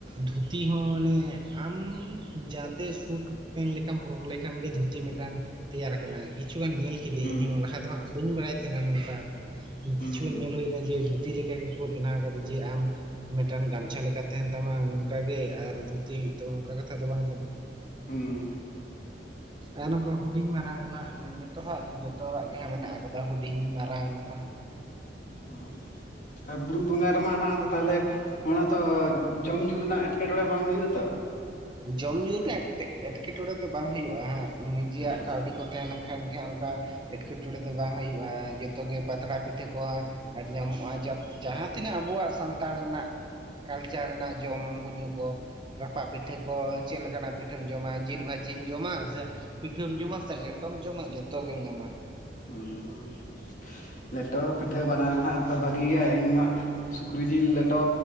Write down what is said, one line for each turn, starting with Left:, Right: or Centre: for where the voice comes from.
Right: ᱫᱷᱩᱛᱤ ᱦᱚᱸ ᱢᱟᱱᱮ ᱟᱢ ᱡᱟᱛᱮ ᱥᱩᱴ ᱯᱮᱱ ᱞᱮᱠᱟᱢ ᱦᱚᱨᱚᱜ ᱞᱮ ᱠᱷᱟᱱ ᱜᱮ ᱫᱷᱩᱛᱤ ᱢᱤᱫᱴᱟᱝ ᱛᱮᱭᱟᱨ ᱠᱟᱱᱟᱭ᱾ ᱠᱤᱪᱷᱩ ᱜᱟᱱ ᱧᱮᱞ ᱠᱮᱫᱤᱧ
Left: ᱦᱩᱸ
Right: ᱤᱧᱦᱚᱸ ᱞᱟᱦᱟ ᱫᱚ ᱦᱟᱸᱜ ᱵᱟᱹᱧ ᱵᱟᱲᱟᱭ ᱛᱟᱦᱮᱸᱱᱟ ᱱᱚᱝᱠᱟ ᱤᱧ
Left: ᱦᱩᱸ
Right: ᱠᱤᱪᱷᱩᱧ
Left: ᱦᱩᱸ
Right: ᱧᱮᱞ ᱦᱩᱭ ᱱᱟ ᱡᱮ ᱫᱷᱩᱛᱤ ᱞᱮᱠᱟ ᱜᱮᱠᱚ ᱵᱮᱱᱟᱣ ᱠᱟᱫᱟ ᱡᱮ ᱟᱢ ᱢᱤᱫᱴᱟᱝ ᱜᱟᱢᱪᱷᱟ ᱞᱮᱠᱟ ᱛᱟᱦᱮᱱ ᱛᱟᱢᱟ ᱱᱚᱝᱠᱟᱜ ᱜᱮ ᱟᱨ ᱫᱷᱩᱛᱤ ᱦᱩᱭᱩᱜ ᱛᱟᱢᱟ ᱚᱝᱠᱟ ᱠᱟᱛᱷᱟ ᱫᱚ ᱵᱟᱝ ᱠᱟᱱᱟ᱾
Left: ᱦᱩᱸ
Right: ᱟᱨ ᱱᱚᱝᱠᱟ ᱦᱩᱰᱤᱧ ᱢᱟᱨᱟᱝ ᱚᱱᱟᱜ ᱡᱚᱛᱚᱣᱟᱜ ᱜᱮ ᱡᱚᱛᱚ ᱦᱟᱲᱟᱜ ᱜᱮ ᱦᱟᱸ ᱢᱮᱱᱟᱜ ᱠᱟᱫᱟ ᱦᱩᱰᱤᱧ ᱢᱟᱨᱟᱝ ᱱᱚᱝᱠᱟ᱾
Left: ᱦᱩᱸ ᱟᱨ ᱵᱩᱨᱩ ᱵᱚᱸᱜᱟ ᱨᱮᱢᱟ ᱱᱟᱦᱟᱜ ᱫᱚ ᱛᱟᱦᱞᱮ ᱚᱱᱟ ᱛᱚ ᱡᱚᱢ ᱧᱩ ᱨᱮᱱᱟᱜ ᱮᱸᱴ ᱠᱮᱴᱚᱬᱮ ᱵᱟᱝ ᱦᱩᱭᱩᱜᱼᱟ ᱛᱚ?
Right: ᱡᱚᱢ ᱧᱩ ᱨᱮᱱᱟᱜ ᱮᱠ ᱮᱴᱠᱮᱴᱚᱬᱮ ᱫᱚ ᱵᱟᱝ ᱦᱩᱭᱩᱜᱼᱟ ᱦᱟᱸᱜ ᱱᱤᱡᱮᱨᱭᱟᱜ
Left: ᱟᱪᱪᱷᱟ
Right: ᱠᱟᱹᱣᱰᱤ ᱠᱚ ᱛᱟᱦᱮᱸ ᱞᱮᱱᱠᱷᱟᱱ ᱜᱮ ᱦᱟᱸᱜ ᱚᱝᱠᱟ ᱮᱴᱠᱮᱴᱚᱬᱮ ᱫᱚ ᱵᱟᱝ ᱦᱩᱭᱩᱜᱼᱟ, ᱡᱚᱛᱚᱜᱮ ᱯᱟᱛᱲᱟ ᱯᱤᱴᱷᱟᱹ ᱠᱚ ᱦᱚᱸ ᱟᱹᱰᱤ ᱧᱟᱢᱚᱜᱼᱟ ᱡᱟᱯ ᱡᱟᱦᱟᱸ ᱛᱤᱱᱟᱹᱜ ᱟᱵᱚᱣᱟᱜ ᱥᱟᱱᱛᱟᱲ ᱨᱮᱱᱟᱜ ᱠᱟᱞᱪᱟᱨ ᱨᱮᱱᱟᱜ ᱡᱚᱢ ᱧᱩ ᱠᱚ, ᱨᱟᱯᱟᱜ ᱯᱤᱴᱷᱟᱹ ᱠᱚ ᱪᱮᱫ ᱞᱮᱠᱟᱱᱟᱜ ᱯᱤᱴᱷᱟᱹᱢ ᱡᱚᱢᱟ ᱡᱤᱞ ᱵᱷᱟᱹ ᱡᱤᱢ ᱡᱚᱢᱟ ᱥᱮ ᱯᱤᱴᱷᱟᱹᱢ ᱡᱚᱢᱟ ᱥᱮ, ᱞᱮᱴᱚᱢ ᱡᱚᱢᱟ ᱡᱚᱛᱚ ᱜᱮᱢ ᱧᱟᱢᱟ᱾
Left: ᱦᱚᱸᱢ ᱞᱮᱴᱚ ᱯᱤᱴᱷᱟᱹ ᱵᱟᱱᱟᱨ ᱜᱮ ᱱᱟᱦᱟᱜ ᱛᱚ ᱵᱷᱟᱹᱜᱤ ᱜᱮᱭᱟ, ᱤᱧ ᱢᱟ ᱦᱟᱸᱜ ᱥᱩᱠᱨᱤ ᱡᱤᱞ ᱞᱮᱴᱚ